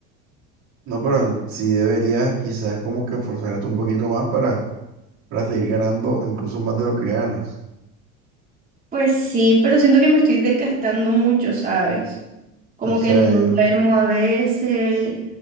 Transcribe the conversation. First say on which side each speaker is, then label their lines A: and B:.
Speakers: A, on the right; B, on the right.
A: No, pero en- sí deberías quizás como que esforzarte un poquito más para, para seguir ganando incluso más de lo que ganas.
B: Pues sí, pero siento que me estoy desgastando mucho, ¿sabes? Como
A: En
B: que
A: serio.
B: no duermo a veces,